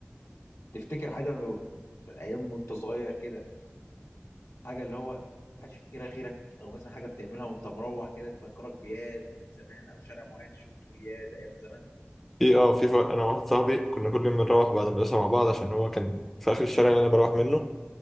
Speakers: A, on the left; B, in the centre.
A: تفتكر حاجة من من ايام وانت صغير كده حاجه اللي هو محدش يفتكرها غيرك او مثلا حاجه بتعملها وانت مروح كده تفكرك بياد ايام زمان او شارع معين تشوفه تقول ياد ايام زمان
B: في اه في ف... انا وواحد صاحبي كنا كل يوم بنروح بعد المدرسه مع بعض عشان هو كان في اخر الشارع اللي انا بروح منه